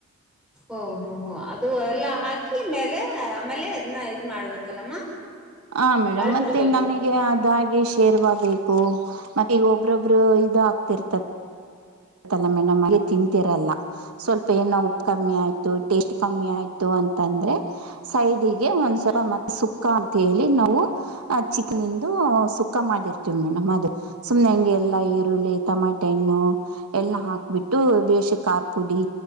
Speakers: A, in the centre; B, on the right (about 75°).
A: ಓ ಹೋ ಹೋ ಅದು ಎಲ್ಲಾ ಹಾಕಿ ಮೇಲೆ ಆಮೇಲೆ ಇದನ್ನ ಇದ್ ಮಾಡ್ಬೇಕಲ್ಲಮ್ಮ.
B: ಹ ಮೇಡಮ್
A: ಅಳ್ಬಿಡ್ಬೇಕು
B: ಮತ್ತೆ ನಮಗೆ ಅದಾಗೆ ಶೇರ್ವಾ ಬೇ ಕು ಮತ್ತೆ ಈಗ ಒಬ್ಬ್ರೊಬ್ರು ಇದಾ ತಿರ್ತ ಗತ್ತಲ್ಲ ಮೇಡಮ್ ಅಗೆ ತಿಂತರಲ್ಲ ಸ್ವಲ್ಪ ಏನೋ ಉಪ್ಪು ಕಮ್ಮಿ ಆಯ್ತು ಟೇಸ್ಟ್ ಕಮ್ಮಿ ಆಯ್ತು ಅಂತಂದ್ರೆ ಸೈಡಿ ಗೆ ಒಂದ್ ಸಲ
A: ಹ
B: ಮತ್ತ್ ಸುಕ್ಕ ಅಂತ ಹೇಳಿ ನಾವು ಚಿಕನಿಂದು ಸುಕ್ಕ ಮಾಡಿರ್ತವಿ ಮೇಡಮ್. ಅದು ಸುಮ್ನೆಂಗೆ ಎಲ್ಲ ಈರುಳ್ಳಿ ಟಮಟೆ ಹಣ್ಣು ಎಲ್ಲ ಹಾಕ್ಬಿಟ್ಟು ಬೇಶ್ ಖಾರ ಪುಡಿ